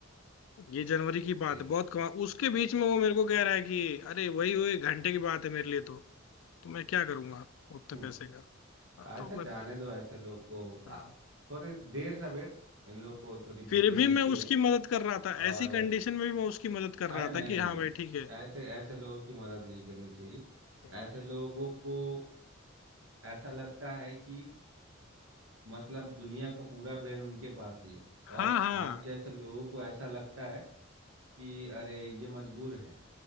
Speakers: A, on the left; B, on the right.
A: ये जनवरी की बात
B: सही
A: है बहुत कमा उसके बीच में वो मेरे को कह रहा है कि अरे वही वही घंटे की बात है मेरे लिए तो तो मैं क्या करूंगा उतने
B: हम्म।
A: पैसे का हाँ,
B: अच्छा
A: तो मैं
B: जाने दो ऐसे लोग को आ,
A: हाँ।
B: थोड़ी देर से वेट इन लोग को थोड़ी बुद्धि
A: फिर भी
B: मिलती
A: मैं उसकी
B: है
A: मदद कर रहा था
B: और
A: ऐसी कंडीशन में भी मैं उसकी मदद कर
B: अरे
A: रहा
B: नहीं
A: था कि हाँ
B: नहीं नहीं
A: भाई ठीक
B: ऐसे ऐसे लोगों की मदद नहीं करनी चाहिए
A: है
B: ऐसे लोगों को ऐसा लगता है कि मतलब दुनिया का पूरा ब्रेन उनके पास ही है और
A: हाँ हाँ
B: आप जैसे लोगों को ऐसा लगता है कि अरे ये मजबूर है